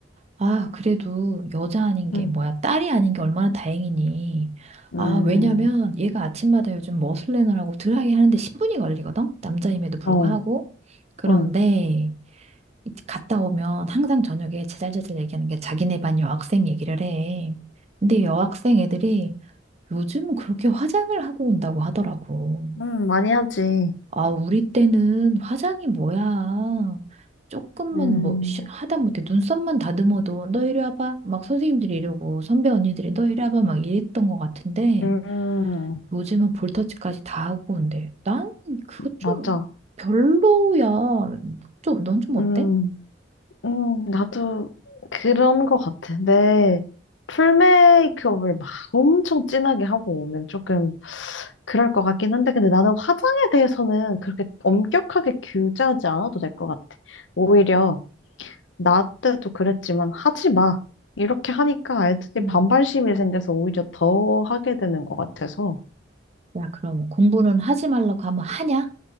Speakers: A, on the right (about 35°); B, on the left (about 80°).
A: 아, 그래도 여자 아닌
B: 응,
A: 게 뭐야. 딸이 아닌 게 얼마나 다행이니.
B: 음,
A: 아, 왜냐면 얘가 아침마다 요즘 머슬레너라고 드라이 하는데 10분이 걸리거든? 남자임에도 불구하고.
B: 어,
A: 그런데
B: 응,
A: 갔다 오면 항상 저녁에 제잘제잘 얘기하는 게 자기네 반 여학생 얘기를 해. 근데 여학생 애들이 요즘 그렇게 화장을 하고 온다고 하더라고.
B: 응, 많이 하지.
A: 아, 우리 때는 화장이 뭐야. 조금만
B: 음,
A: 뭐, 쉬- 하다못해 눈썹만 다듬어도 너 이리 와봐. 막 선생님들이 이러고 선배 언니들이 너 이리 와봐. 막 이랬던 것 같은데
B: 음,
A: 요즘은 볼터치까지 다 하고 온대. 난 그거 좀
B: 맞아.
A: 별로야. 좀, 넌 좀
B: 음.
A: 어때?
B: 음, 나도 그런 것 같아. 내 풀메이크업을 막 엄청 진하게 하고 오면 조금 그럴 것 같긴 한데, 근데 나는 화장에 대해서는 그렇게 엄격하게 규제하지 않아도 될 것 같아. 오히려 나 때도 그랬지만 하지 마. 이렇게 하니까 애들이
A: 음.
B: 반발심이 생겨서 오히려 더 하게 되는 것 같아서.
A: 야, 그럼 공부는 하지 말라고 하면 하냐?